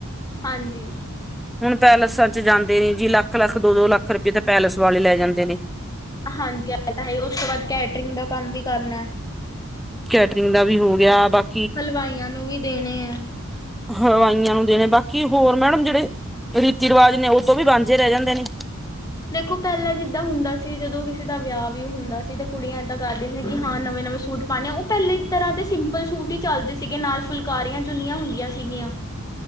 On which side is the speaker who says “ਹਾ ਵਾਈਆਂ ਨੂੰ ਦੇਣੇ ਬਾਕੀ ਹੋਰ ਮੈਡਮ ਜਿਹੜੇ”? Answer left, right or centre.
Centre